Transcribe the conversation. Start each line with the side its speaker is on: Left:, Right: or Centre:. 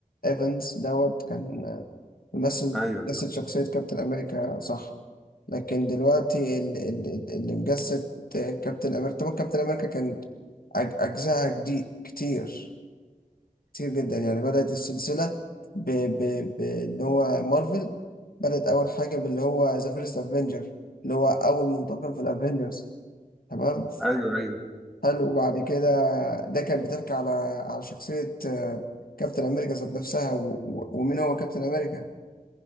Left: ايفنز دوت كان آه، مثل
Centre: ايوه صح.
Left: مثل شخصية كابتن أمريكا صح لكن دلوقتي ال- ال- ال- اللي مجسد كابتن أمريكا طبعا كابتن أمريكا كان أج- أجزائها جديد كتير كتير جدا يعني بدأت السلسلة ب... ب... ب... اللي هو مارفل بدأت أول حاجة باللي هو ذا فيرست أفنجر اللي هو أول منتقم في الأفنجرز تمام
Centre: ايوه ايوه
Left: حلو وبعد كده ده كان بتحكي على على شخصية آه، كابتن أمريكا ذات نفسها و... و... ومين هو كابتن أمريكا